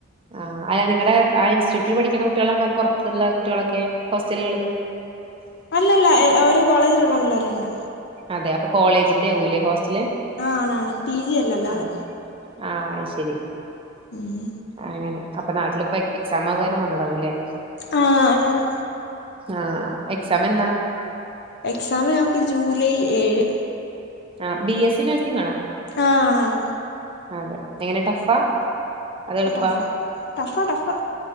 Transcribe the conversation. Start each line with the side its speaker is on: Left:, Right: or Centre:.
Right: ആഹ് നിങ്ങടെ ആ ഇൻസ്റ്റിറ്റ്യൂട്ട്ല് പഠിക്ക്ണ കുട്ട്യാളാണ് അത് പൊറത്ത്ള്ള കുട്ടികളൊക്കെ ഹോസ്റ്റൽള്ളത്?
Left: അല്ലല്ല ഓരോ കോളേജിലുള്ള പിള്ളേര് തന്നാ
Right: അതെ അപ്പൊ കോളേജിന്റെയവുല്ലേ ഹോസ്റ്റല്
Left: ആഹ് ആണ് ആണ് പി ജി അല്ല അല്ലാതെ
Right: ആഹ് ആഹ് ശരി
Left: ഉം
Right: അങ്ങനെ അപ്പൊ നാട്ടില്പ്പ എക്സാം ആ <inaudible> വന്നതാവൂല്ലേ
Left: ആഹ് ആണാണ്.
Right: ആഹ് എക്സാമെന്നാ?
Left: എക്സാമ് ഞങ്ങക്ക് ജൂലൈ ഏഴ്
Right: ആഹ് ബി എസ് സി നഴ്സിങ് ആണോ
Left: ആഹ് ആണാണ്.
Right: ആണ്ല്ലെ എങ്ങനെ ടഫാ അത് എള്പ്പാ
Left: ടഫാ ടഫാ ടഫാ